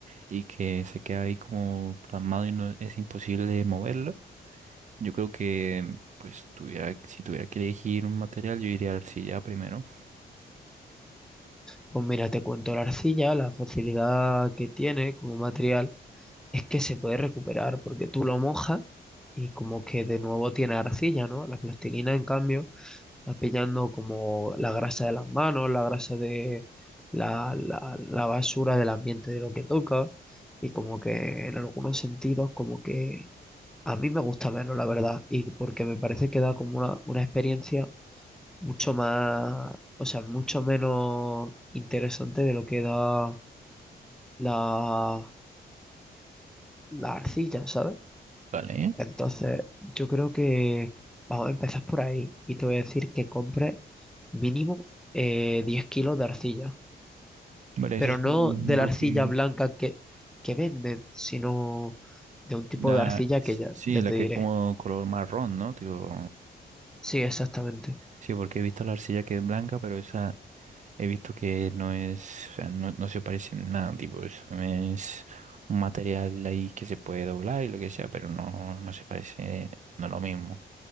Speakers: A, on the right; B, in the centre.
A: y que se queda ahí como plasmado y no es imposible moverlo. Yo creo que, pues, tuviera, si tuviera que elegir un material, yo iría a arcilla primero.
B: Pues mira, te cuento la arcilla, la facilidad que tiene como material es que se puede recuperar porque tú lo mojas y como que de nuevo tiene arcilla, ¿no? La plastilina, en cambio, va pillando como la grasa de las manos, la grasa de la, la, la basura del ambiente de lo que toca y como que en algunos sentidos como que a mí me gusta menos, la verdad, y porque me parece que da como una, una experiencia mucho más, o sea, mucho menos interesante de lo que da la, la arcilla, ¿sabes?
A: Vale.
B: Entonces, yo creo que vamos a empezar por ahí y te voy a decir que compres mínimo eh, 10 kilos de arcilla,
A: Vale,
B: pero
A: eso es
B: no
A: un
B: de la
A: bloque.
B: arcilla blanca que, que venden, sino de un tipo
A: La,
B: de arcilla
A: s-
B: que ya,
A: sí,
B: ya
A: la
B: te
A: que
B: diré.
A: es como color marrón, ¿no? Tipo,
B: Sí, exactamente.
A: sí, porque he visto la arcilla que es blanca, pero esa he visto que no es, o sea, no, no se parece en nada, tipo, eso es un material ahí que se puede doblar y lo que sea, pero no, no se parece, no es lo mismo.